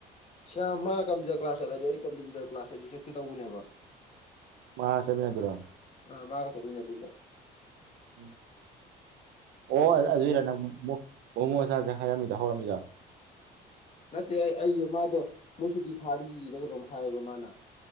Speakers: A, on the left; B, on the right.
A: ꯁ ꯃꯥ ꯀꯝꯄ꯭ꯌꯨꯇꯔ ꯀ꯭ꯂꯥꯁ ꯆꯠꯂꯗꯤꯦ ꯑꯩ ꯀꯝꯄ꯭ꯌꯨꯇꯔ ꯀ꯭ꯂꯥꯁ ꯍꯥꯏꯁꯨ ꯆꯠꯇꯦ ꯇꯧꯕꯅꯦꯕ
B: ꯃꯥ ꯁꯃꯤꯅꯗꯨꯔ
A: ꯑ ꯃꯥꯒ ꯁꯣꯝꯅ ꯑꯗꯨ
B: ꯎꯝ ꯑꯣ
A: ꯍꯧꯖꯤꯛ ꯑꯩ
B: ꯑꯗꯨꯏꯔ
A: ꯉꯥꯏ
B: ꯅꯪ ꯃꯣꯃꯣ ꯃꯆꯥꯁꯦ ꯍꯥꯏꯔꯝꯃꯤꯗ ꯍꯧꯔꯝꯃꯤꯗ
A: ꯅꯠꯇꯦ ꯑꯩ ꯑꯩꯒꯤ ꯃꯥꯗꯣ ꯃꯣꯏ ꯁꯨꯇꯤ ꯊꯥꯔꯤꯔꯒ ꯑꯗꯨꯣꯝ ꯍꯥꯏꯌꯦꯕ ꯃꯥꯅ